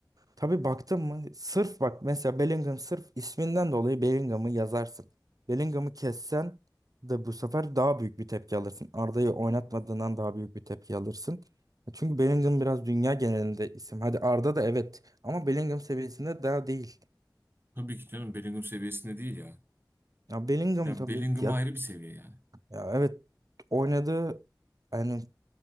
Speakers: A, on the right; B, on the right.
A: Tabii baktın mı? Sırf bak mesela Bellingham sırf isminden dolayı Bellingham'ı yazarsın. Bellingham'ı kessen de bu sefer daha büyük bir tepki alırsın. Arda'yı oynatmadığından daha büyük bir tepki alırsın. E, Çünkü Bellingham biraz dünya genelinde isim. Hadi Arda da evet ama Bellingham seviyesinde daha değil.
B: Tabii ki canım Bellingham seviyesinde değil ya.
A: Ya Bellingham
B: Ya
A: tabii
B: Bellingham
A: ya,
B: ayrı bir seviye yani.
A: ya evet oynadığı yani